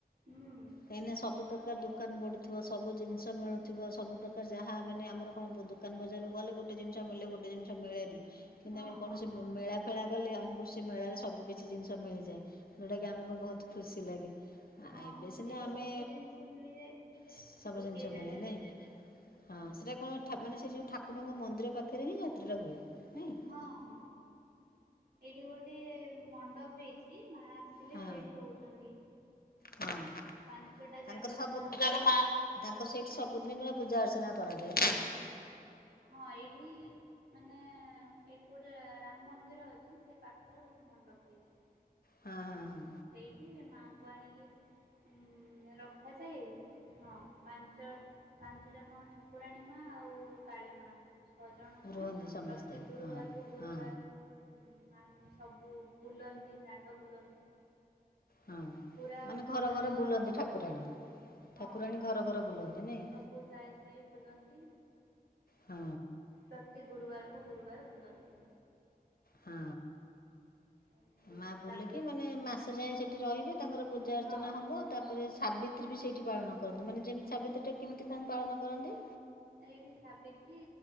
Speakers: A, on the right (about 85°); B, on the left (about 70°).
A: ହୁଁ।
B: କାହିଁନା ସବୁ ପ୍ରକାର ଦୋକାନ ବଢୁଥିବ ସବୁ ଜିନିଷ ମିଳୁଥିବ ସବୁ ପ୍ରକାର ଯାହା ମାନେ ଆମର କଣ ଦୋକାନ ବଜାରକୁ ଗଲେ ଗୋଟେ ଜିନିଷ ମିଳେ ଗୋଟେ ଜିନିଷ ମିଳେନି କିନ୍ତୁ
A: ହଁ
B: ଆମେ କୌଣସି
A: ହଁ
B: ମେଳା ଖେଳା ଗଲେ ଆମକୁ ସେ ମେଳାରେ ସବୁ କିିଛି ଜିନିଷ ମିଳିଯାଏ। ଯେଉଁଟାକି ଆମକୁ ବହୁତ ଖୁସି ଲାଗେ
A: ହଁ
B: ଏବେ ସିନା
A: ସେଇଠି
B: ଆମେ
A: ସବୁ ଜିନିଷ ମିଳିଯାଏ
B: ସବୁ
A: ଗୋଟିଏ
B: ଜିନିଷ
A: ଜାଗାରେ
B: ମିଳେ ନାଇଁ। ହଁ ସେଟା କଣ ମାନେ ସେ ଯୋଉ ଠାକୁରଙ୍କ ମନ୍ଦିର ପାଖରେ ହିଁ ଯାତ୍ରାଟା ହୁଏ। ନାଇଁ
A: ହଁ ହଁ। ଏଇଠି ଗୋଟେ ମଣ୍ଡପ ହେଇଛି ମା ଆସିଲେ
B: ହଁ
A: ସେଇଠି ରହୁଛନ୍ତି।
B: ହଁ।
A: ପାଞ୍ଚଟା
B: ତାଙ୍କର
A: ଜାଗାରୁ
B: ସବୁ
A: ମାଙ୍କୁ
B: ତାଙ୍କ ତାଙ୍କର ସେଇଠି ସବୁଦିନ ପ ପୂଜା ଅର୍ଚ୍ଚନା କରାଯାଏ ନାଇଁ?
A: ହଁ ଏଇଠି ମାନେ ଏଇଠି ଗୋଟେ ରାମ ମନ୍ଦିର ଅଛି ସେ ପାଖରେ ଗୋଟେ ମଣ୍ଡପ ହେଇଛି।
B: ହଁ, ହଁ, ହଁ।
A: ସେଇଠି ମାଆଙ୍କୁ ଆଣିକି ରଖାଯାଏ ହଁ ପାଞ୍ଚ ପାଞ୍ଚ ଜଣ ମା ଠାକୁରାଣୀ ମା ଆଉ, କାଳିମା ନଜଣ
B: ହଁ
A: ମା
B: ରୁହନ୍ତି ସମସ୍ତେ
A: ପ୍ରତ୍ୟକ ଗୁରୁବାରକୁ
B: ହଁ
A: ଗୁରୁବାର
B: ହଁ
A: ମାମ୍ ସବୁ ବୁଲନ୍ତି ଦାଣ୍ଡ ବୁଲନ୍ତି।
B: ହଁ
A: ପୁରା
B: ମାନେ
A: ଫୁଲବାଣୀଟା
B: ଘର ଘର ବୁଲନ୍ତି ଠାକୁରାଣୀ?
A: ହଁ
B: ଠାକୁରାଣୀ ଘର ଘର ବୁଲନ୍ତି ନାଇ?
A: ସବୁ ସାହି ସାହି ବୁଲନ୍ତି
B: ହଁ।
A: ପ୍ରତି ଗୁରୁବାରକୁ ଗୁରୁବାର ବୁଲନ୍ତି।
B: ହଁ।
A: ଏମିତି
B: ମା ବୁଲିକି
A: ସାବି
B: ମାନେ ମାସେ ଯାଏଁ ସେଠି ରହିବେ ତାଙ୍କର ପୂଜା ଅର୍ଚ୍ଚନା
A: ହଁ
B: ହେବ। ତାପରେ ସାବିତ୍ରୀ ବି ସେଇଠି ପାଳନ କରନ୍ତି। ମାନେ ଯେମିତି ସାବିତ୍ରୀ ଟା କେମିତି କଣ ପାଳନ କରନ୍ତି?
A: ଏଇଠି ସାବିତ୍ରୀ,